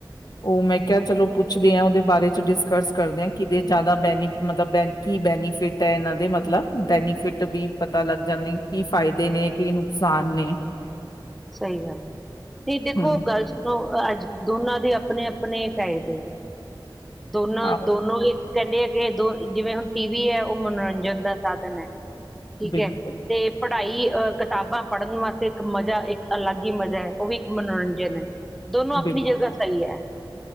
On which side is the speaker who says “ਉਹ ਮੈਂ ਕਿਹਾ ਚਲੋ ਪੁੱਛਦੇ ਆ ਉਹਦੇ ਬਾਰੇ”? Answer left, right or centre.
Left